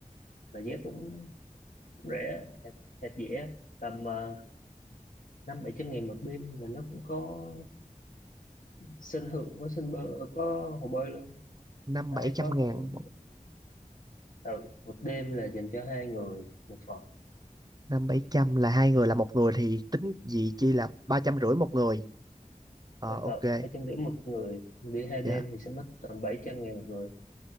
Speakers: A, on the left (about 75°); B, on the right (about 30°).
A: mà giá cũng cũng rẻ hẹp, hẹp dễ tầm ờ, năm bảy trăm nghìn một đêm mà nó cũng có sân thượng có sân bơi có hồ bơi luôn
B: năm
A: ai
B: bảy trăm
A: có
B: ngàn
A: con
B: một
A: ừ, một đêm là dành cho hai người một phòng
B: năm bảy trăm là hai người là một người thì tính gì chi là ba trăm rưỡi một người ờ
A: ở ừ,
B: ok
A: bảy trăm rưỡi một người đi hai đêm
B: dạ
A: thì sẽ mất tầm bảy trăm nghìn một người